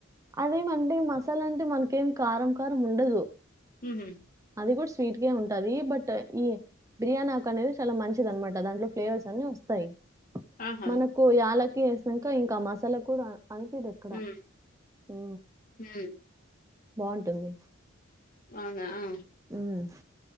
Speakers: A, on the right; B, on the left.
A: అదేమంటే మసాలా అంటే మనకేం కారం, కారం ఉండదు.
B: ఊహా
A: అది కూడా స్వీట్ గా ఉంటది. బట్ ఈ బిర్యానీ ఆకు అనేది చాలా మంచిది అనమాట దాంట్లో ఫ్లేవర్స్ అన్ని వస్తాయి.
B: ఆహా!
A: మనకు ఏళకు వేసాక ఇంకా మసాలా కూడా అనిపేది ఎక్కడా
B: హ్మ్.
A: ఊ
B: హ్మ్.
A: బాగుంటుంది.
B: అవునా ఆ
A: హ్మ్